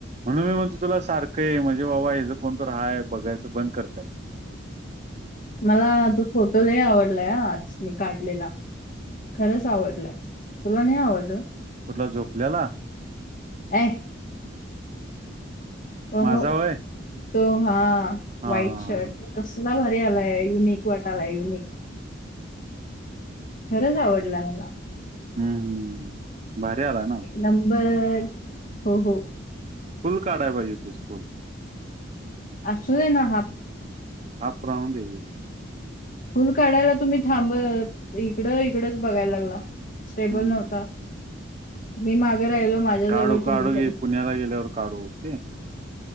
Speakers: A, on the right; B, on the left.
A: म्हणून मी म्हणतो तुला सारखं आहे म्हणजे बाबा हेचं कोणतर हाय बघायचं बंद करत.
B: मला तो फोटो लै आवडलाय हा आज मी काढलेला. खरंच आवडलाय तुला नाही आवडलं
A: कुठला झोपल्याला
B: अं हो
A: माझा
B: हो
A: वय
B: तो हा
A: हा
B: व्हाईट
A: हा
B: शर्ट
A: हा.
B: कसला भारी आलाय युनिक वाट आलाय युनिक खरंच आवडला मला
A: हम्म हम् भारी आलाय ना!
B: एक नंबर हो हो.
A: फुल काढायाला पाहिजे हुतीस फोटो
B: अससू दे ना हाफ
A: हाफ राहुंडे आहे
B: फुल काढायला तुम्ही थांब इकडं इकडंच बघायला लागला स्टेबल
A: हम्म
B: नव्हता. मी माग राहिलो माझ्याजवळ
A: काढू
B: तुम्ही
A: काढू
B: पण
A: घे पुण्याला गेल्यावर काढु <inaudible>